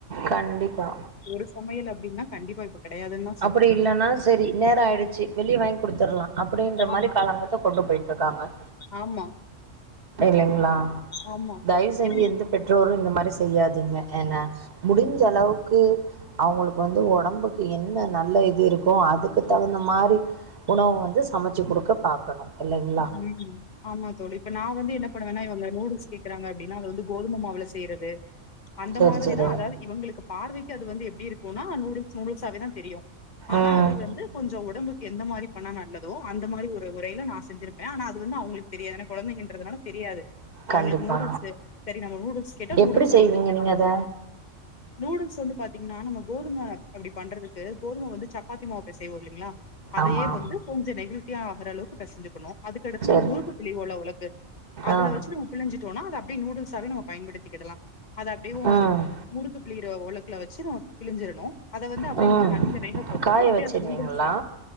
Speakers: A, on the right (about 60°); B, on the left (about 40°).
A: கண்டிப்பா
B: இரு சமையல் அப்டின்னா கண்டிப்பா அப்ப கெடையாதுன்தா
A: அப்டி இல்லன்னா சரி நேரோ ஆயிடுச்சு வெளிய வாங்கி கொடுத்தர்லா அப்டின்ற
B: ஆமா
A: மாரி காலங்காத்தா கொண்டு போயிட்ருக்காங்க
B: ஆமா
A: இல்லைங்களா
B: ஆமா
A: தயவு செஞ்சு
B: ஏன்னா
A: எந்த பெற்றோரு இந்த மாரி செய்யாதீங்க ஏன்னா முடிஞ்ச அளவுக்கு அவங்களுக்கு வந்து ஒடம்புக்கு என்ன என்ன நல்ல இது இருக்கோ அதுக்கு தகுந்த மாரி உணவு வந்து சமச்சு குடுக்க பாக்கணு இல்லைங்ளா
B: ம் ஆமா தோழி இப்ப நா வந்து என்ன பண்ணுவேன்னா இவங்க நூடுல்ஸ் கேக்குறாங்க அப்டின்னா அது வந்து கோதும மாவுல செய்யறது அந்த
A: சரி
B: மாதிரிதா
A: சரி
B: அதாவது இவங்களுக்கு பார்வைக்கு அது வந்து எப்படி இருக்குனா நூடுல்ஸ் நூடுல்ஸாவேதா தெரியு ஆனா
A: ம்
B: அது வந்து கொஞ்சோ ஒடம்புக்கு எந்த மாரி பண்ணா நல்லதோ அந்த மாரி ஒரு உறையில நா செஞ்சிருப் வேணா அது வந்து அவுங்களுக்கு தெரியாதுன கொழந்தைங்கன்றதுனால தெரியாது அவுங்களுக்கு
A: கண்டிப்பா
B: நூடுல்ஸு செரி நம்ம நூடுல்ஸ் கேட்டோ நூடுல்ஸ்
A: எப்டி செய்வீங்க
B: வந்துருச்சு
A: நீங்க
B: அவ்ளோதா
A: அத
B: நூடுல்ஸ் வந்து பாத்தீங்கன்னா நம்ம கோதும அப்டி பண்றதுக்கு கோதும வந்து சப்பாதி மாவு பேசைவோ இல்லிங்ளா அதையே
A: ஆமா
B: வந்து கொஞ்சோ நெகழ்த்தியா ஆகற அளவுக்கு பேசை ஞ்சுக்குணு அதுக்கெடுத்து
A: சரி
B: நம்ம முறுக்கு பிளிவோள்ள உலக்கு அதுல
A: ஆ
B: வச்சு நம் பிழிஞ்சிட்டோனா அத அப்டியே நூடுல்ஸாவே நம்ம பயன்படுத்திக்கிடலா அது அப்டேவு
A: ம்
B: முறுக்கு பிளியிற ஒலக்குல வச்சு நம்ம பிழிஞ்சிடணு அத வந்து அப்டியே
A: ம்
B: நம்ம தண்ணியில வேக போட்டோனா
A: காய
B: அப்டியே
A: வச்சிருவீங்களா
B: அது நூடுல்ஸா